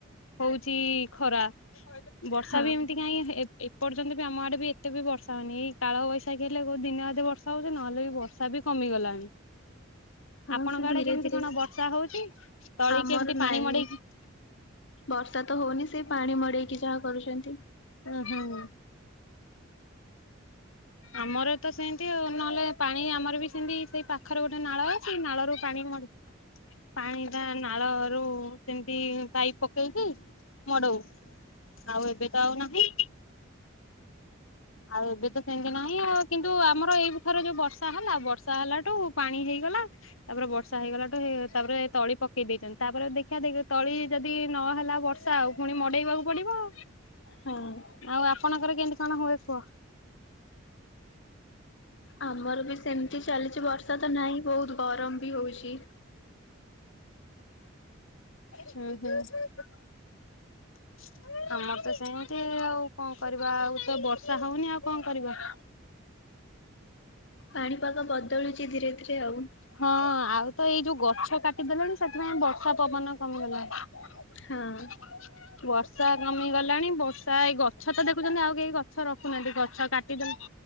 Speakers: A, on the left; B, on the left.
A: ହଉଛି ଖରା ବର୍ଷା
B: ହଁ।
A: ବି ଏମିତି କାହିଁ ଏପର୍ଯ୍ୟନ୍ତ ବି ଆମ ଆଡେ ବି ଏତେ ବି ବର୍ଷା ହଉନି କାଳ ବୈଶାଖି ହେଲେ କୋଉ ଦିନ ଅଧେ ବର୍ଷା ହଉଛି ନହେଲେ ବି ବ ତାହା ବି କମିଗଲାଣି।
B: ହଁ
A: ଆପଣଙ୍କ
B: ସେ ଧୀରେ
A: ଆଡେ କେମିତି
B: ଧୀରେ
A: କଣ ବର୍ଷା ହଉଛି ତଳି
B: ଆମର
A: କେମିତି ପାଣି
B: ନାଇଁ
A: ମଡେଇକି
B: ବର୍ଷା ତ ହଉନି ସେ ପାଣି ମଡେଇକି ଯାହା କରୁଛନ୍ତି।
A: ହୁଁ ହୁଁ। ଆମର ତ ସେମିତି ନହେଲେ ପାଣି ଆମର ବି ସେମତି ସେଇ ପାଖରେ ଗୋଟେ ନାଳ ଅ ଛି ନାଳରୁ ପାଣି ମଡେଇ ପାଣିଟା ନାଳରୁ ସେମିତି ପାଇପ ପକେଇକି ମଡଉ ଆଉ ଏବେ ତ ଆଉ ନାହିଁ। ଆଉ ଏବେ ତ ସେମିତି ନାହିଁ ଆଉ କିନ୍ତୁ ଆମର ଏଇ ଥର ଯୋଉ ବର୍ଷା ହେଲା ବର୍ଷା ହେଲାଠୁ ପାଣି ହେଇଗଲା। ତାପରେ ବର୍ଷା ହେଇଗଲାଠୁ ତାପରେ ତଳି ପକେଇ ଦେଇଛନ୍ତି ତାପରେ ଦେଖିବା ଯଦି ତଳି ଯଦି ନହେଲା ବ ର୍ଷା ଆଉ ପୁଣି ମଡେଇବାକୁ ପଡିବ ଆଉ
B: ହଁ।
A: ଆଉ ଆପଣଙ୍କର କେମିତି କଣ ହୁଏ କୁହ?
B: ଆମର ବି ସେମିତି ଚାଲିଛି ବର୍ଷା ତ ନାହିଁ ବହୁତ ଗରମ ବି ହଉଛି।
A: ହୁଁ ହୁଁ। <inaudible> ଆମର ତ ସେମିତି ଆଉ କଣ କରିବା ଆଉ ତ ବର୍ଷା ହଉନି ଆଉ କଣ କରିବା?
B: ପାଣିପାଗ ବଦଳୁଛି ଧୀରେ ଧୀରେ ଆଉ
A: ହଁ ଆଉ ତ ଏଇ ଯୋଉ ଗଛ କାଟିଦେଲେଣି ସେଥିପାଇଁ ବର୍ଷା ପବନ କମିଗଲାଣି। ୱାର୍ଷ
B: ହଁ।
A: ବର୍ଷା କମିଗଲାଣି ବର୍ଷା ଏଇ ଗଛ ତ ଦେଖୁଛନ୍ତି ଆଉ କେହି ଗଛ ରଖୁନାହାନ୍ତି ଗଛ କାଟିଦେଲେ।